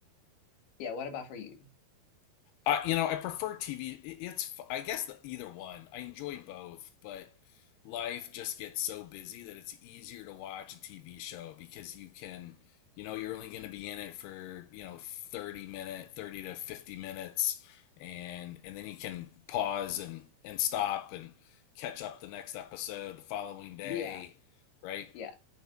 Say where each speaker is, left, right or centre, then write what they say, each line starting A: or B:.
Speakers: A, on the left; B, on the left.
A: yeah, what about for you?
B: Uh, you know, I prefer TV. It- It's, f- I guess, the, either one. I enjoy both, but life just gets so busy that it's easier to watch a TV show because you can, you know, you're only going to be in it for, you know, 30 minute, 30 to 50 minutes, and and then you can pause and and stop and catch up the next episode the following day,
A: Yeah,
B: right?
A: yeah.